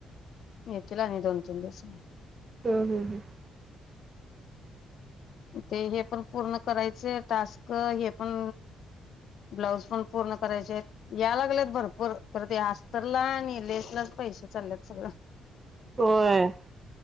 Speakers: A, on the left; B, on the right.
A: येतील आणि दोन तीन दिवसात.
B: हम् हम् हम्
A: ते हे पण पूर्ण करायचे टास्क, हे पण ब्लाऊज पण पूर्ण करायचे आहेत. या लागलेत भरपूर खर ते आस्तरला आणि लेसलाच पैसे चाललेत सगळ.
B: व्हय